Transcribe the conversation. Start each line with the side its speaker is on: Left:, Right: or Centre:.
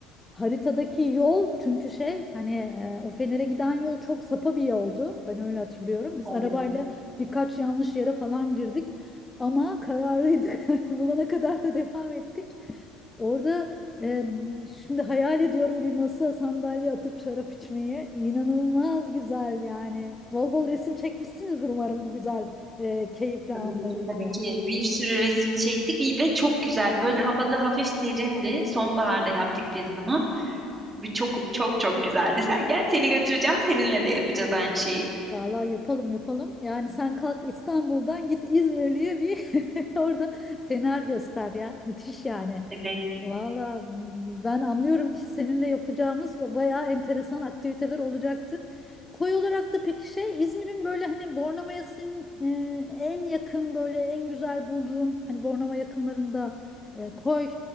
Left: Haritadaki yol çünkü şey hani e, o Fener'e giden yol çok sapa bir yoldu. Ben öyle hatırlıyorum. Biz
Right: Evet,
Left: arabayla birkaç yanlış yere falan girdik ama kararlıydık. <laughs> Yani Bulana kadar da devam ettik. Orada ee, şimdi hayal ediyorum bir masa sandalye atıp şarap içmeye. İnanılmaz güzel yani. Bol bol resim çekmişsinizdir umarım bu güzel e, keyifli
Right: tabii
Left: anla
Right: ki
Left: ilgili.
Right: tabii ki bir sürü resim çektik ve çok güzel. Böyle havada hafif serindi. Sonbaharda yaptık biz bunu. Bir çok çok çok güzeldi. Sen gel seni götüreceğim. Seninle de yapacağız aynı şeyi.
Left: Vallahi yapalım yapalım. Yani sen kalk İstanbul'dan git İzmirli'ye bir <laughs> orada fener göster ya. Müthiş yani.
Right: Evet.
Left: Vallahi ben anlıyorum ki seninle yapacağımız bayağı enteresan aktiviteler olacaktır. Koy olarak da peki şey İzmir'in böyle hani Bornova'ya sin- e, en yakın böyle en güzel bulduğun hani Bornova yakınlarında e, koy